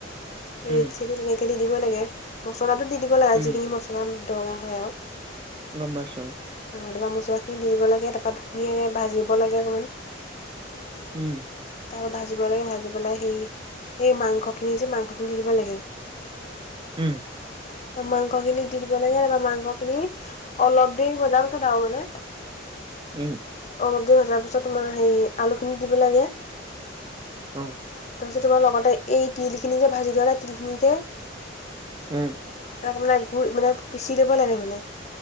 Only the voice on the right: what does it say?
উম,
উম,
গোম পাইছো।
উম, '
উম,
উম্,
অ',
উম্,